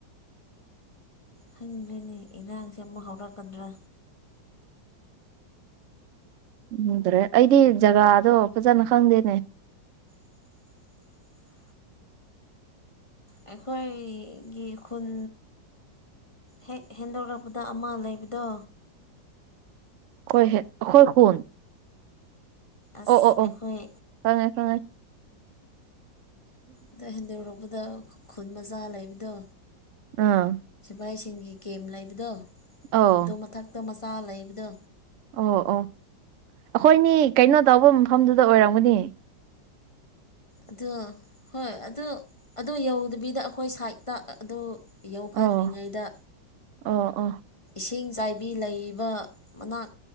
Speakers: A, on the left (about 30°); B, on the right (about 85°).
A: ꯈꯪꯗ꯭ꯔꯦꯅꯦ ꯏꯔꯥꯡꯁꯦ ꯑꯃꯨꯛ ꯍꯧꯔꯛꯀꯗ꯭ꯔꯥ
B: ꯈꯪꯗ꯭ꯔꯦ ꯑꯩꯗꯤ ꯖꯒꯥꯗꯣ ꯐꯖꯅ ꯈꯪꯗꯦꯅꯦ
A: <inaudible> ꯑꯩꯈꯣꯏꯒꯤ ꯈꯨꯟ ꯍꯦꯛ ꯍꯦꯟꯗꯣꯔꯛꯄꯗ ꯑꯃ ꯂꯩꯕꯗꯣ
B: ꯑꯈꯣꯏ ꯍꯦꯛ ꯑꯈꯣꯏ ꯈꯨꯟ
A: ꯑꯁ
B: ꯑꯣ ꯑꯣ ꯑꯣ
A: ꯑꯩꯈꯣꯏ
B: ꯈꯪꯉꯦ ꯈꯪꯉꯦ
A: ꯑꯗ ꯍꯦꯟꯗꯣꯔꯛꯄꯗ ꯈꯨꯟ ꯃꯆꯥ ꯂꯩꯕꯗꯣ
B: ꯑꯥ
A: ꯁꯤꯐꯥꯏꯁꯤꯡꯒꯤ ꯀꯦꯝ ꯂꯩꯕꯗꯣ
B: ꯑꯣ
A: ꯑꯗꯨ ꯃꯊꯛꯇ ꯃꯆꯥ ꯂꯩꯕꯗꯣ
B: ꯑꯣ ꯑꯣ ꯑꯩꯈꯣꯏꯅꯤ ꯀꯩꯅꯣ ꯇꯧꯕ ꯃꯐꯝꯗꯨꯗ ꯑꯣꯏꯔꯝꯒꯅꯤ
A: ꯑꯗꯨ ꯍꯣꯏ ꯑꯗꯨ ꯑꯗꯨ ꯌꯧꯗꯕꯤꯗ ꯑꯩꯈꯣꯏ ꯁꯥꯏꯠꯇ ꯑꯗꯨ ꯌꯧꯐꯥꯠꯗ꯭ꯔꯤꯉꯩꯗ
B: ꯑꯣ ꯑꯣ ꯑꯣ
A: ꯏꯁꯤꯡ ꯆꯥꯏꯕꯤ ꯂꯩꯕ ꯃꯅꯥꯛ